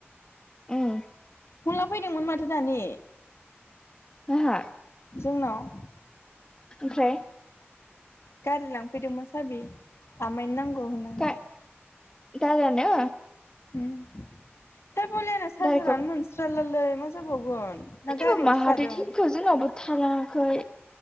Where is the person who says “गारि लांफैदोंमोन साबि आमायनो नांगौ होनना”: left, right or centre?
Left